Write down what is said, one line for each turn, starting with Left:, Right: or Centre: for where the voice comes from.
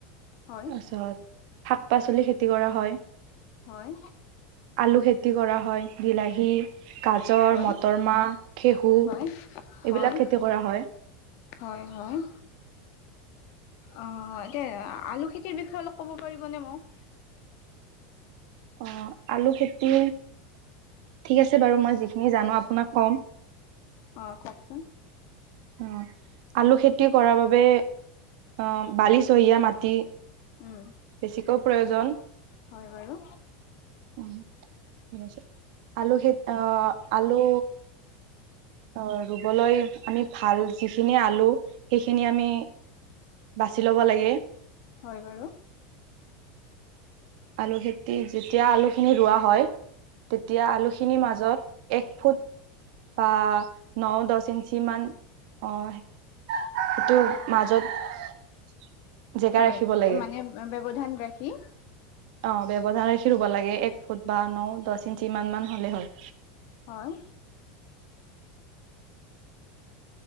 Left: হয়
Right: তাৰাছত শাক-পাচলি খেতি কৰা হয়।
Left: হয়
Right: আলু খেতি কৰা হয়, বিলাহী। গাজৰ,
Left: হয়
Right: মটৰ মাহ, খেহু এইবিলাক
Left: হয় হয়
Right: খেতি কৰা হয়।
Left: হয়, হয়। অ', এয়া আলু খেতিৰ বিষয়ে অলপ ক'ব পাৰিবনে মোক?
Right: অ', আলু খেতি ঠিক আছে বাৰু, মই যিখিনি জানো আপোনাক কম।
Left: অহ, কওঁকচোন।
Right: অ', আলু খেতি কৰাৰ বাবে অ', বালিচহীয়া মাটি
Left: উম
Right: বেছিকৈও প্ৰয়োজন,
Left: হয় বাৰু
Right: উম। আলু খেত অহ, আলু অ', ৰুবলৈ আমি ভাল যিখিনি আলু সেইখিনি আমি বাচি ল'ব লাগে।
Left: হয় বাৰু।
Right: আলু খেতি যেতিয়া আলুখিনি ৰোৱা হয়। তেতিয়া আলুখিনিৰ মাজত এক ফুট বা নহ দহ ইঞ্চি মান অ' সেইটোৰ মাজত। জেগা
Left: হয়,
Right: ৰাখিব লাগে
Left: মানে ব্যৱধান ৰাখি।
Right: অ ব্যৱধান ৰাখি ৰুৱ লাগে এক ফুট বা ন, দহ ইঞ্চি কিমান মান হ'লে হয়।
Left: হয়